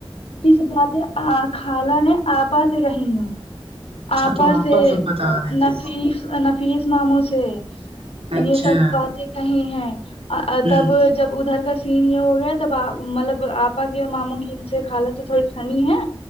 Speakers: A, on the left; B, on the right.
A: سب باتیں خالہ نے آپا سے کہیں گا
B: اچھا
A: آپا
B: تو
A: سے
B: سب بتا رہے تھے
A: نفیس فیس ماموں سے
B: اچھا
A: یہ سب باتیں کہیں ہیں
B: ہوں
A: تب جب ادھر کا سین یہ ہو گیا تبپ مطلب آپا کے ماموں کی ان سے کالا تو تھوڑی ٹھنڈی ہے